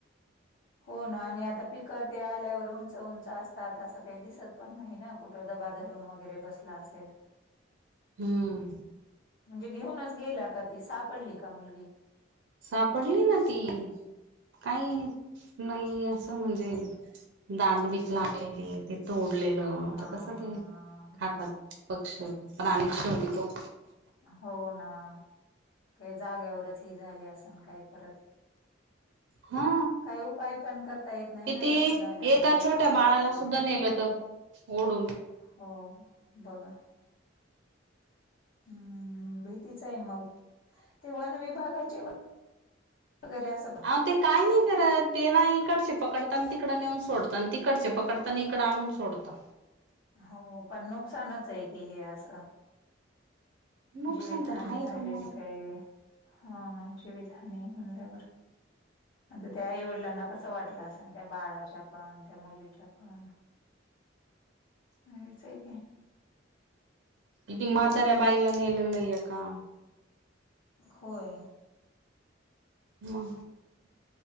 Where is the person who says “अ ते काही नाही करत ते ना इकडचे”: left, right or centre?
Right